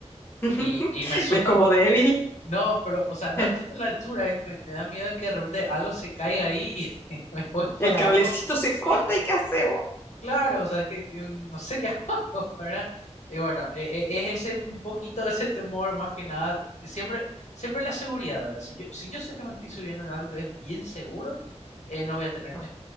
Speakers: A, on the left; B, on the left.
A: <laughs>
B: y, y me asusta
A: ¿Ves como
B: un poco.
A: débil?
B: No, pero, o sea, no
A: <laughs>
B: es tanto la altura, eh, me, me da miedo de que de repente algo se caiga ahí y <laughs> me voy
A: El
B: para
A: cablecito
B: abajo.
A: se
B: Sí.
A: corta y ¿qué hacemos?
B: Claro, o sea, que, que no sé qué <laughs> hago, ¿verdad? Y bueno, e- e- es ese un poquito ese temor más que nada, siempre, siempre la seguridad, ¿verdad? Si yo, si yo sé que me estoy subiendo en algo que es bien seguro, eh, no voy a tener
A: No.
B: miedo.